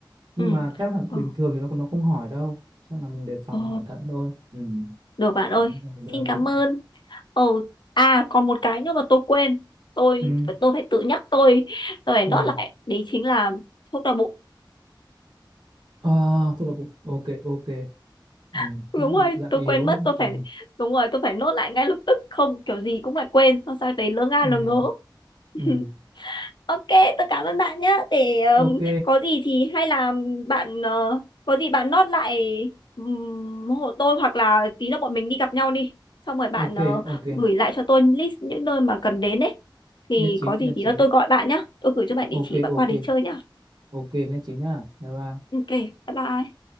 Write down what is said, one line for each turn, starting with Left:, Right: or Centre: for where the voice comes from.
Right: nhưng
Left: ừ
Right: mà chắc là
Left: ồ
Right: bình thường thì nó nó không hỏi đâu chắc là mình đề phòng
Left: ồ,
Right: cẩn thận thôi ừ
Left: được bạn ơi
Right: đấy là đơn
Left: xin cảm ơn ừ à còn một cái nữa mà tôi quên tôi
Right: ừ
Left: phải tôi phải tự nhắc tôi tôi phải
Right: ừ
Left: nốt lại đấy chính là thuốc đau bụng
Right: à, tôi đọc bụng ok ok ừ
Left: <laughs> đúng
Right: chắc
Left: rồi
Right: bụng dạ
Left: tôi
Right: yếu
Left: quên mất tôi
Right: ừ
Left: phải đúng rồi tôi phải nốt lại ngay lập tức không kiểu gì cũng lại quên xong sang đấy lỡ nga
Right: ừ
Left: lỡ ngớ <laughs>
Right: ừ
Left: Ok, tôi cảm ơn bạn nhé. Để ừm,
Right: ok
Left: có gì thì hay là bạn ờ, có gì bạn nốt lại um, hộ tôi hoặc là tí nữa bọn mình đi gặp nhau đi. Xong rồi bạn
Right: ok
Left: ờ,
Right: ok
Left: gửi lại cho tôi list những nơi mà cần đến ấy. Thì
Right: nhất trí
Left: có gì
Right: nhất
Left: thì
Right: trí
Left: là tôi gọi bạn nhé. Tôi gửi cho bạn địa
Right: ok
Left: chỉ bạn
Right: ok
Left: qua đấy chơi nhá.
Right: ok nhất trí nhá bye bye
Left: Ok, bye bye.